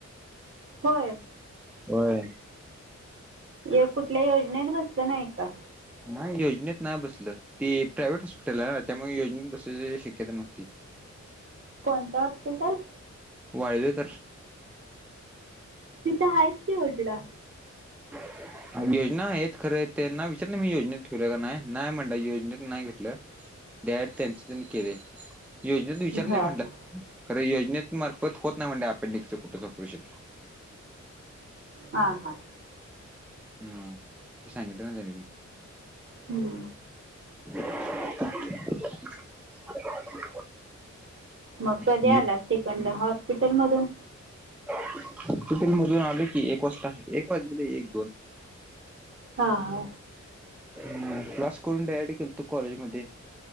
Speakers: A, on the right (about 45°); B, in the centre.
A: होय.
B: व्हय.
A: एक कुठल्या योजनेत बसलं नाही का?
B: नाही योजनेत नाही बसलं ती प्रायव्हेट हॉस्पिटल आहे त्यामुळे योजनेत बसायची शक्यता नव्हती.
A: कोणतं हॉस्पिटल?
B: वाळवेकर.
A: तिथं आहेत की योजना
B: <inaudible> योजना आहेत खरं त्यांना विचारलं मी योजनेत करूया काय नाय नाय म्हणला योजनेत नाही घेतलं, डायरेक्ट त्याचं त्यांनी केले. योजनेत विचारलं
A: हां
B: म्हणलं
A: हां
B: खर योजनेत मार्फत होत नाही म्हणल अपेंडिक्सच कुठच ऑपरेशन.
A: हा हा,
B: हा आस सांगितल ना त्या <unintelligible>
A: हुं
B: <inaudible>
A: मग कधी
B: मी
A: आलास तिकडं हॉस्पिटल मधून?
B: हॉस्पिटल मधून आलो की एक वाजता एक वाजलेले एक दोन.
A: हा हा,
B: हम्म क्लास करून डायरेक्ट गेलतो कॉलेज मध्ये.